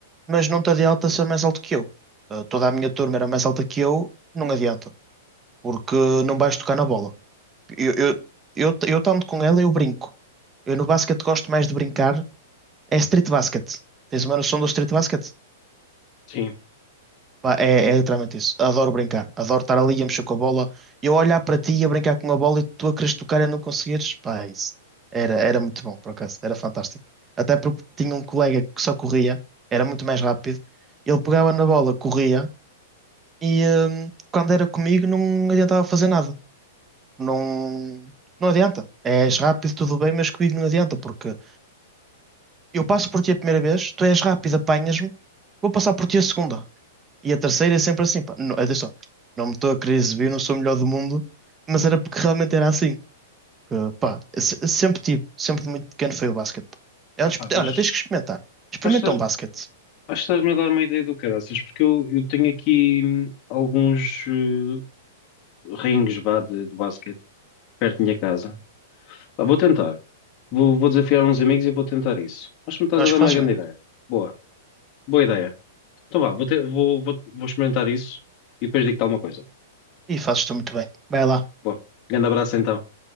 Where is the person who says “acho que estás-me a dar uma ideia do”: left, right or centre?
Left